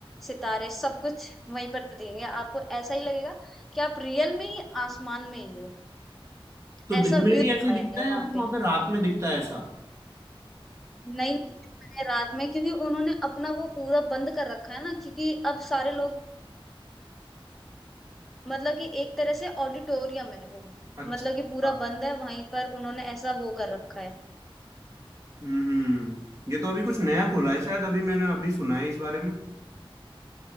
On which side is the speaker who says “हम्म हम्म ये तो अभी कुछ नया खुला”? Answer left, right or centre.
Right